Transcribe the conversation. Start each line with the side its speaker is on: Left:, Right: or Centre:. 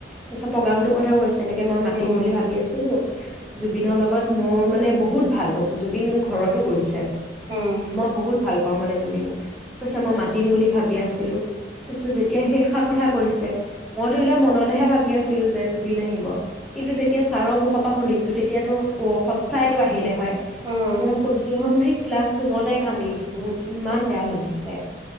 Centre: তাৰপিছত প্ৰ'গ্ৰামটোৰ কথাও কৈছে তেনেকে মই মাতিম
Right: উম
Centre: বুলি ভাবি আছিলো জুবিনৰ লগত মোৰ মানে বহুত ভাল কৈছে জুবিন মোৰ ঘৰতো গৈছে।
Right: উম
Centre: মই বহুত ভাল পা অ মানে জুবিনক কৈছে মই মাতিম বুলি ভাবি আছিলো তাৰপিছত যেতিয়া সেইসা কথা কৈছে মই ধৰিলোৱা মনতহে ভাবি আছিলো জানিলোঁ যে জুবিন আহিব কিন্তু যেতিয়া চাৰ মুখ সপা শুনিছো তেতিয়াতো অ সঁচাই তো আহিলে হয় মই
Right: উম
Centre: কৈছোঁ নহয়, মই সেই ক্লাছ ৰুমতে কান্দি দিছো, মোৰ ইমান বেয়া লাগিছে।